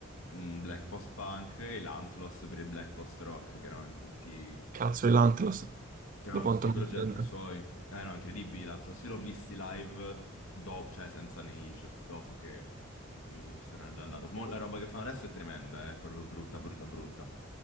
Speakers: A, on the left; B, on the right.
A: eh, mm, black post-punk e l'Antlos per il black post-rock, che erano tutti
B: cazzo, e l'Antlos,
A: Chiamano
B: da quanto
A: tutti i progetti
B: mi sento.
A: suoi. Eh no, incredibili l'altro. Sì, l'ho visti live, do- cioè senza Neige, dopo che Neige se n'era già andato. Mo, la roba che fanno adesso è tremenda, eh, è proprio brutta, brutta, brutta.